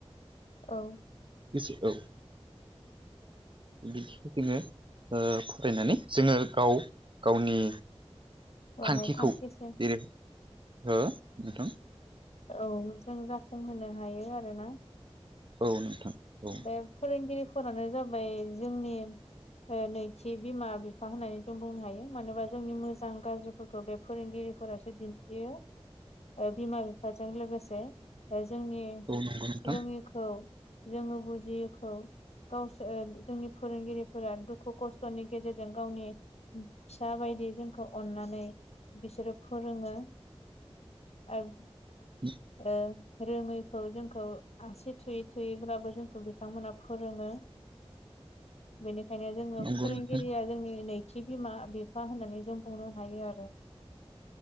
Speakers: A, on the left; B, on the right.
A: औ
B: गोसो औ बिदि जोङो ओ फरायनानै जोङो गाव गावनि
A: लानाय
B: थांखिखौ
A: थांखिसो
B: जेरै ओ नोंथां
A: औ जों जाफुंहोनो हायो आरोना
B: औ नोंथां औ
A: बे फोरोंगिरिफोरानो जाबाय जोंनि ओ नैथि बिमा बिफा होननानै जों बुंनो हायो मानोबा जोंनि मोजां गाज्रि फोरखौ बे फोरोंगिरिफोरासो दिन्थियो ओ बिमा बिफाजों लोगोसे ओ जोंनि
B: औ नंगौ नोंथां
A: रोङिखौ जोङो बुजियिखौ गावसोर जोंनि फोरोंगिरिफोरा दुखु खस्थ'नि गेजेरजों गावनि फिसा बायदि जोंखौ अननानै बिसोरो फोरोङो ओब
B: <inaudible>
A: ओ रोङैखौ जोंखौ आसि थुयै थुयैब्लाबो जोंखौ बिथांमोना फोरोङो <inaudible> बेनिखायनो जोङो
B: नंगौ
A: फोरोंगिरिया
B: नोंथां
A: जोंनि नैथि बिमा बिफा होननानै जों बुंनो हायो आरो